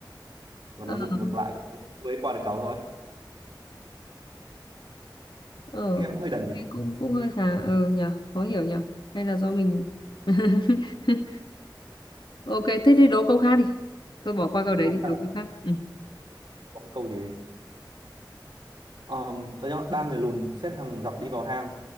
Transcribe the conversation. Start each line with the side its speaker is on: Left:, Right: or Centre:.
Right: và
Left: ờ
Right: nó giật ngược lại mới qua được cầu thôi
Left: ờ,
Right: nghe cũng hơi đần nhỉ
Left: nghe cũng cũng hơi khá ờ nhờ khó hiểu nhờ hay là do mình <laughs> ok thế thì đố câu khác đi tôi bỏ qua câu
Right: Cuối
Left: đấy
Right: cùng
Left: đi đố
Right: là
Left: câu khác Ừ.
Right: có một câu gì ấy. um, đó nhá, ba người lùn xếp hàng dọc đi vào hang